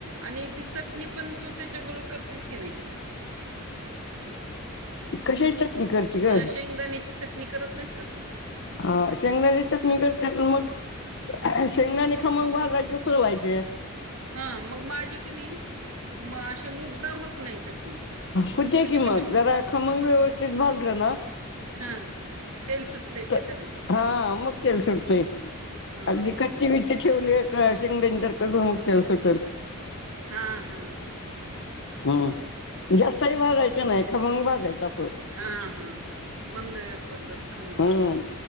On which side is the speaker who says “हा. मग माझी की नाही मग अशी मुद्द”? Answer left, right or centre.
Right